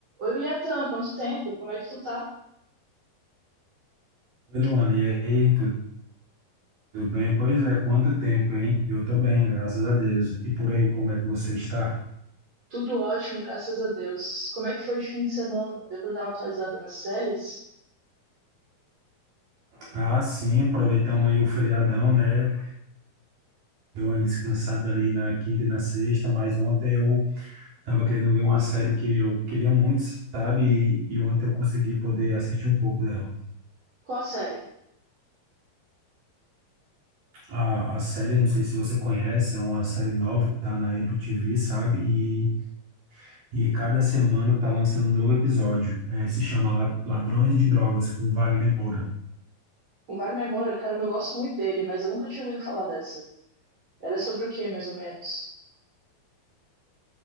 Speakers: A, on the right; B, on the right.
A: Oi, Yatan, quanto tempo? Como é que tu tá?
B: Oi, Luana, e aí, tudo bem? Pois é, quanto tempo, hein? Eu tô bem, graças a Deus. E por aí, como é que você está?
A: Tudo ótimo, graças a Deus. Como é que foi de fim de semana? Deu pra dar uma atualizada nas séries?
B: Ah, sim, aproveitamos aí o feriadão, né? Eu ando descansado ali na quinta e na sexta, mas ontem eu tava querendo ver uma série que eu queria muito, sabe? E, e ontem eu consegui poder assistir um pouco dela.
A: Qual a série?
B: A, a série, não sei se você conhece, é uma série nova que tá na Apple TV, sabe? E, e cada semana tá lançando um novo episódio. É, se chama La- Ladrões de Drogas, com Wagner Moura.
A: O Wagner Moura, caramba, eu gosto muito dele, mas eu nunca tinha ouvido falar dessa. Ela é sobre o quê, mais ou menos?